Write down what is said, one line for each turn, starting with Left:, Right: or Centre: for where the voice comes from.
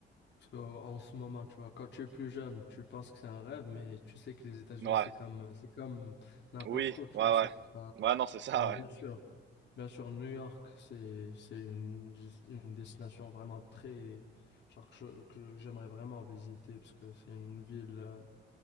Left: parce qu'en ce moment, tu vois, quand tu es plus jeune, tu penses que c'est un rêve, mais tu sais que les États-Unis,
Right: ouais,
Left: c'est comme, euh, c'est comme n'importe
Right: oui,
Left: où, tu
Right: ouais,
Left: vois. c'est
Right: ouais.
Left: juste un-
Right: Ouais, non, c'est ça,
Left: Mais bien
Right: ouais.
Left: sûr, bien sûr, New York, c'est, c'est une, dis- une destination vraiment très, genre que je- que j'aimerais vraiment visiter parce que c'est une ville. euh,